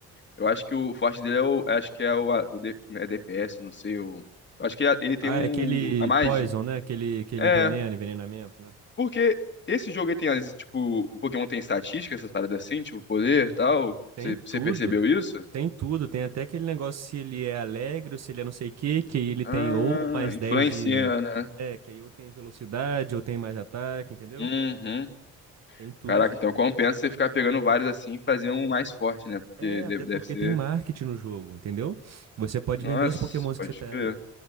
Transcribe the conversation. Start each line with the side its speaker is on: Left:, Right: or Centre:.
Left: Eu acho que o forte dele é o. Acho que é o. o D- é DPS, não sei. O, eu acho que ele, ele tem
Right: Ah,
Left: um.
Right: é aquele
Left: A magia.
Right: Poison, né? Aquele, aquele
Left: É,
Right: veneno, envenenamento, né?
Left: Porque esse jogo aí tem, as- tipo, o Pokémon tem estatística, essas paradas assim, tipo, poder e tal.
Right: Tem
Left: Você
Right: tudo.
Left: você percebeu isso?
Right: Tem tudo. Tem até aquele negócio se ele é alegre ou se ele é não sei o quê, que aí ele
Left: Ah,
Right: tem ou mais
Left: influencia,
Right: 10 de.
Left: né?
Right: É, que aí ou tem velocidade ou tem mais ataque, entendeu?
Left: Uhum.
Right: Tem tudo
Left: Caraca,
Right: isso.
Left: então compensa você ficar pegando vários assim e fazer um mais forte, né? Porque
Right: É,
Left: deve,
Right: até porque
Left: deve ser.
Right: tem marketing no jogo, entendeu? Você pode
Left: Nossa,
Right: vender os Pokémons
Left: pode
Right: que você pega.
Left: crer.